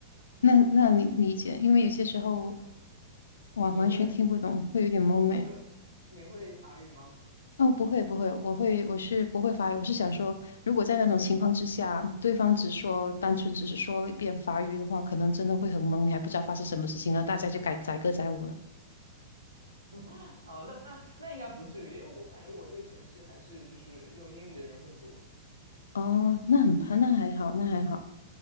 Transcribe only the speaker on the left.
那那你理解，因为有些时候我完全听不懂，
会有点懵诶。
哦，不会不会，我会我是不会法语，我是想说，如果在那种情况之下，对方只说单纯只是说了一遍法语的话，可能真的会很懵，你还不知道发生什么事情了，大家就改载歌载舞了。
哦，那很那还好，那还好，